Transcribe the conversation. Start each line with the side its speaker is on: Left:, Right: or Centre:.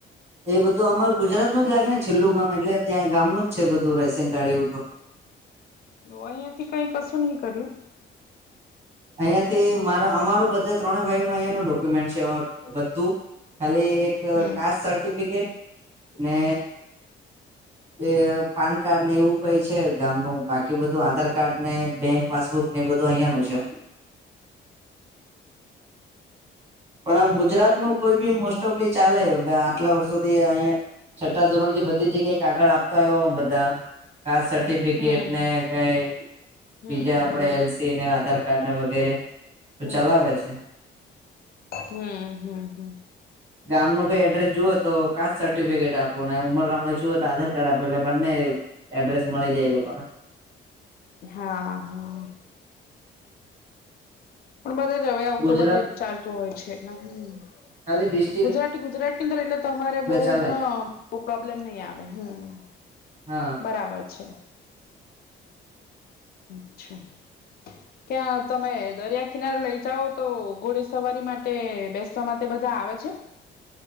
Right: એ બધું અમાર ગુજરાત નું જ લાગે ને છેલ્લું ગામ એટલે ત્યાં ગામ નું જ છે બધું રાેશન કાર્ડ એવું તો.
Left: અહિયાંથી કઈ કશું નહી કર્યું
Right: અહિયાં થી મારા અમારું બધે ત્રણેય ભાઈઓ ન અહંયા ન ડોક્યુમેન્ટ છે બધું ખાલી એક
Left: હમ
Right: કાસ્ટ સર્ટિફિકેટ ને
Left: <inaudible>
Right: એ પાન કાર્ડ ને એવું કઈ છે ગામ ન બાકી બધું આધાર કાર્ડ ને બેંક પાસબુક ને એ બધું અહિયાં નુ છે. પણ આમ ગુજરાત નું કોઈ બી મોસ્ટ ઓફલી ચાલે આટલા વર્ષોથી અહિયાં છઠ્ઠી ધોરણથી બધી જગ્યાએ કાગળ આપતો આવ્યો બધા કાસ્ટ સર્ટિફિકેટ
Left: હમ
Right: ને કઈ બીજા
Left: હમ હમ
Right: આપડે એલસી ને આધાર કાર્ડ ને વગેરે તો
Left: હમ
Right: ચલાવે છે.
Left: હમ હમ હમ
Right: ગામ ન કઈ એડ્રેસ જુઓ હો તો કાસ સર્ટિફિકેટ આપો ને ઉંમર ગામ ન જુઓ તો આધાર કાર્ડ આપો એટલે બંને એડ્ર્રેસ મળી જે એ લોકો ને
Left: હા હા. પણ બધા જ હવે આવું
Right: ગુજરાત
Left: તો બધા જ ચાલતું હોય છે એટલે હમ
Right: ખાલી બીસ
Left: ગુજરાતી ગુજરાતની અંદર એટલે તમારે બઉ
Right: ચાલે
Left: હ પ્રોબ્લેમ નહી આવે હમ
Right: હા
Left: બરાબર છે અચ્છા ક્યાં તમે દરિયા કિનારે લઈ જાઓ તો ઘોડે સવારી માટે બેસ માટે બધા આવે છે.